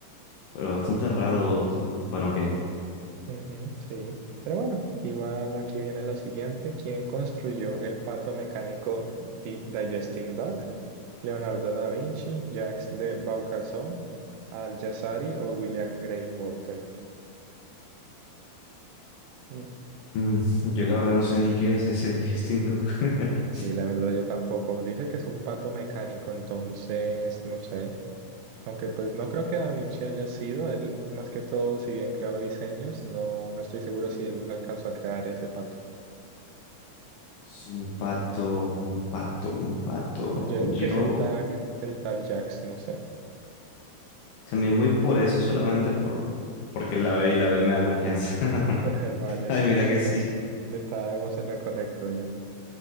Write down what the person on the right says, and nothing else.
Ujú, sí. Pero bueno, igual aquí viene la siguiente. ¿Quién construyó el pato mecánico Di- Digesting Duck? ¿Leonardo da Vinci, Jacques de Vaucanson, Al-Jazari o William Grey Walter? Mm,
Sí, la verdad yo tampoco. Dice que es un pato mecánico, entonces no sé. Aunque pues no creo que Da Vinci haya sido, él más que todo, si bien creó diseños, no, no estoy seguro si él alcanzó a crear ese pato.
Yo
digo que es el tag, el tal Jax, no sé.
<laughs> Vale,
sí,
está.
Estábamos en lo correcto, bien.